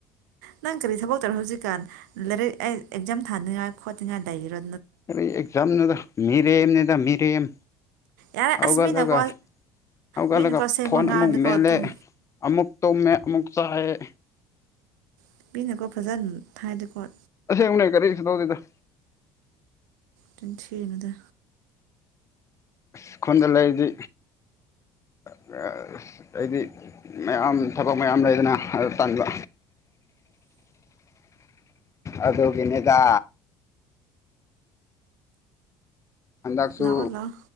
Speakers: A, on the right; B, on the left.
A: ꯅꯪ ꯀꯔꯤ ꯊꯕꯛ ꯇꯧꯔ ꯍꯧꯖꯤꯛꯀꯥꯟ ꯂꯥꯏꯔꯤꯛ ꯑꯩ ꯑꯦꯛꯖꯥꯝ ꯊꯥꯅꯤꯡꯉꯥꯏ ꯈꯣꯠꯠꯇꯉꯥꯏ ꯂꯩꯔꯣ
B: ꯀ ꯑꯦꯛꯖꯥꯝꯗꯨꯗ ꯃꯤꯔꯦꯝꯅꯤꯗ ꯃꯤꯔꯦꯝ
A: ꯌꯥꯔꯦ
B: ꯍꯧꯒꯠꯂꯒ
A: ꯑꯁ ꯃꯤꯅꯀꯣ
B: ꯍꯧꯒꯠꯂꯒ
A: ꯃꯤꯅꯀꯣ ꯑꯁꯦꯡꯕ
B: ꯐꯣꯟ
A: ꯉꯥꯡꯉꯗꯤꯀꯣ
B: ꯑꯃꯨꯛ ꯃꯦꯠꯂꯦ
A: ꯑꯗꯨꯝ
B: ꯑꯃꯨꯛꯇꯣ ꯑꯃꯨꯛꯆꯥ ꯍꯥꯏꯌꯦ
A: ꯅꯨꯄꯤꯅꯀꯣ ꯐꯖꯟ ꯊꯥꯏꯗꯤꯀꯣ
B: ꯑꯁꯦꯡꯕꯅꯦ ꯀꯔꯤꯁꯨ ꯇꯧꯗꯦꯗ <inaudible>
A: ꯑꯗꯨꯟ ꯊꯤꯅꯨꯗ
B: ꯑꯁ ꯈꯨꯟꯗ ꯂꯩꯔꯗꯤ ꯑ ꯑ ꯑꯩꯗꯤ ꯃꯌꯥꯝ ꯊꯕꯛ ꯃꯌꯥꯝ ꯂꯩꯗꯅ ꯑꯗꯣ ꯇꯟꯕ ꯑꯗꯨꯒꯤꯅꯤꯗ ꯍꯟꯗꯛꯁꯨ
A: ꯂꯥꯛꯑꯣ ꯂꯥꯛꯑꯣ